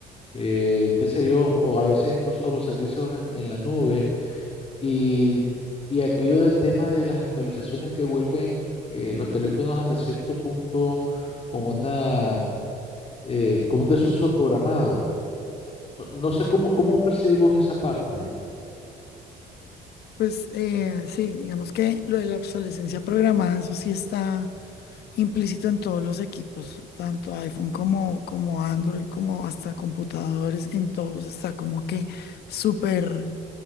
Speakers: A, on the left; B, on the left.
A: eh, qué sé yo, o a veces incluso los servicios en, en la nube y, y aquello del tema de las actualizaciones que vuelven eh, los teléfonos hasta cierto punto con una, eh, con un desuso programado. No, no sé cómo, cómo percibimos esa parte.
B: Pues eh, sí, digamos que lo de la obsolescencia programada, eso sí está implícito en todos los equipos, tanto iPhone como, como Android, como hasta computadores, en todos está como que súper,